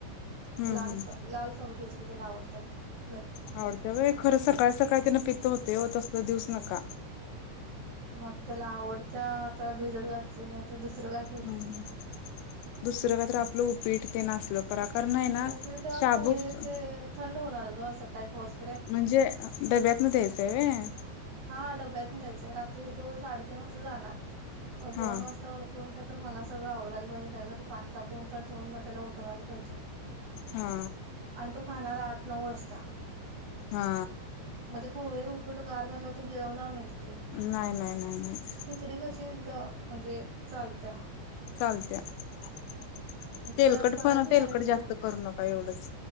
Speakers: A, on the left; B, on the right.
A: हम्म
B: लाल
A: हम्म
B: सा लाल शाबूची खिचडी त्याला आवडत्यात बघ
A: आवडतय होय खरं सकाळी सकाळी त्यान पित होतय हो तसलं देऊच नका.
B: मग त्याला आवडत्या आता भिजत घात ली मी आता दुसर काय करू.
A: ह दुसरं का तर आपलं उपीट ते असल. <unintelligible> करणय ना
B: उपीट
A: शाबूत
B: पोहे ते थंड होणार ग सकाळी पोस.
A: म्हणजे डब्यातन द्यायचंय व्हय?
B: हा डब्यातन द्यायचंय. रात्री जो साडेतीन वाजता जाणार. व दोन
A: हा
B: वाजता उठून काहीतरी मला सगळं आवरायला पाहिजे. त्याच्यासाठी पाणी तापवून ठेवून मग त्याला उठवायला पाहिजे.
A: हा.
B: आणि तो खाणारा आठ नऊ वाजता.
A: हा.
B: मग ते पोहे उपीट गार झाले व ते गिळवणार नाहीत. की
A: नाही नाही नाही नाही.
B: खिचडी कशी ज म्हणजे चालत्या.
A: चालत्या <inaudible> तेलकट
B: तर करायचीच
A: पण तेलकट
B: आहे
A: जास्त
B: थोडीशी
A: करू नका एवढंच.